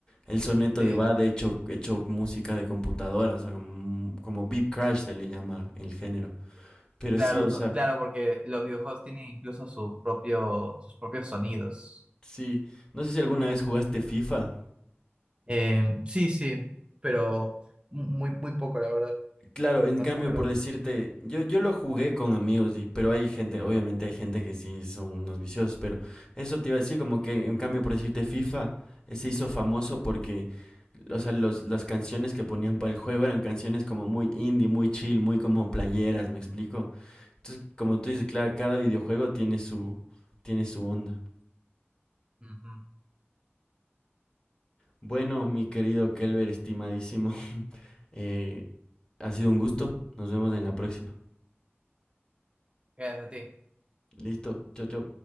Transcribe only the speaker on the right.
sí.
Claro,
claro, porque los videojuegos tienen incluso su propio, sus propios sonidos.
Eh, sí, sí, pero mu- muy, muy poco, la verdad.
No
me
acuerdo.
Ujú.
Gracias a ti.